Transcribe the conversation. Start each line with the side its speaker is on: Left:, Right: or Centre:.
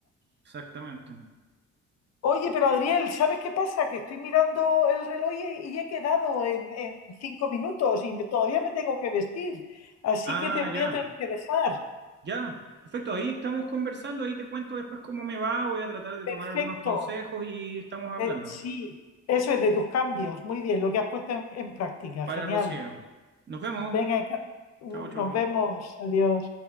Right: exactamente.
Left: Oye, pero Adriel, ¿sabes qué pasa? Que estoy mirando el reloj y, y he quedado en, en cinco minutos y me- todavía me tengo que vestir. Así
Right: Ah,
Left: que te voy
Right: ya,
Left: a tener que dejar.
Right: ya. Perfecto, ahí estamos conversando, ahí te cuento después cómo me va, voy a tratar de
Left: Perfecto.
Right: tomar algunos consejos y estamos hablando.
Left: Eh, sí, eso es de tus cambios. Muy bien, lo que has puesto en, en práctica.
Right: Vale,
Left: Genial.
Right: Rocío. Nos vemos.
Left: Venga, encan-
Right: Chao, chao.
Left: nos vemos. Adiós.